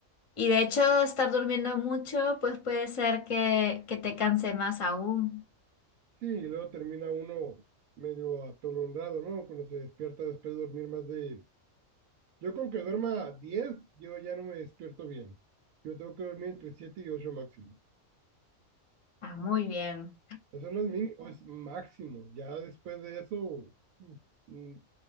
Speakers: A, on the left; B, on the right.
A: y de hecho, estar durmiendo mucho, pues puede ser que, que te canse más aún.
B: Sí, y luego termina uno medio atolondrado, ¿no? Cuando se despierta después de dormir más de... Yo con que duerma 10, yo ya no me despierto bien. Yo tengo que dormir entre 7 y 8 máximo.
A: Ah, muy bien.
B: Eso no es mínimo, es máximo. Ya después de eso, mm, mm,